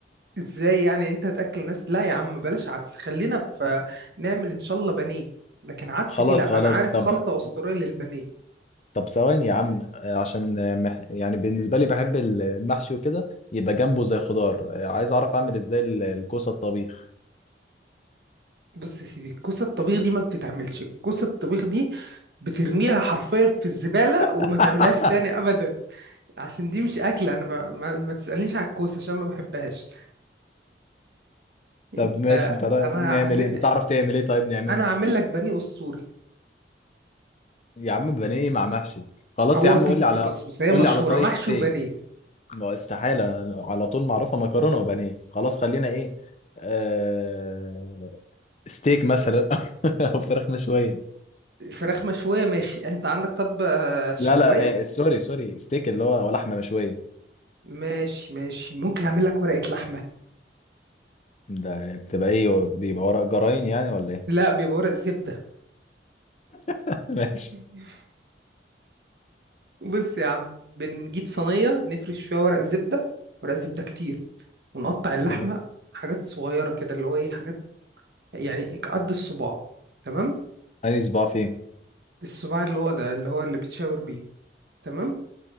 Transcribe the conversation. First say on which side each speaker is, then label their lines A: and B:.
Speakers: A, on the right (about 60°); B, on the left (about 40°).
A: ازاي يعني انت هتاكل ناس لا يا عم بلاش عدس خلينا في نعمل ان شاء الله بانيه لكن عدس
B: خلاص
A: دي لا
B: خلاص
A: انا عارف
B: طب
A: خلطة اسطورية للبانيه
B: طب ثواني يا عم آه، عشان آه، مح- يعني بالنسبه لي بحب المحشي وكده يبقى جنبه زي خضار آه، عايز اعرف اعمل ازاي ال- الكوسه الطبيخ
A: بص يا سيدي الكوسة الطبيخ دي ما بتتعملش الكوسة الطبيخ دي بترميها حرفيا في الزبالة
B: <laughs>
A: وما تعملهاش تاني ابدا عشان دي مش اكل انا ما, ما, ما تسألنيش على الكوسة عشان ما بحبهاش انت
B: طب ماشي انت رأي...
A: انا
B: نعمل
A: هن...
B: ايه بتعرف تعمل ايه طيب نعمله
A: انا هعمل لك بانيه اسطوري
B: يا عم بانيه إيه مع محشي خلاص
A: هو
B: يا عم
A: بيت
B: قول لي على
A: بص بص هي
B: قول
A: مشهوره
B: لي على طريقة
A: محشي
B: ستيك
A: وبانيه
B: ما استحالة على طول معروفة مكرونة وبانيه خلاص خلينا ايه آه... ستيك مثلا <laughs> او فراخ مشوية
A: الفراخ مشويه ماشي انت عندك طب آه، شوايه
B: لا لا آه... سوري سوري ستيك اللي هو هو لحمة مشوية
A: ماشي ماشي ممكن اعمل لك ورقه لحمه
B: ده بتبقى ايه بيبقى ورق جراين يعني ولا ايه
A: لا بيبقى ورق زبده
B: <laughs> ماشي
A: <laughs> بص يا عم بنجيب صينيه نفرش فيها ورق زبده ورق زبده كتير ونقطع اللحمه
B: تمام
A: حاجات صغيره كده اللي هو ايه حاجات يعني قد الصباع تمام
B: انهي صباع فين
A: الصباع اللي هو ده اللي هو اللي بتشاور بيه تمام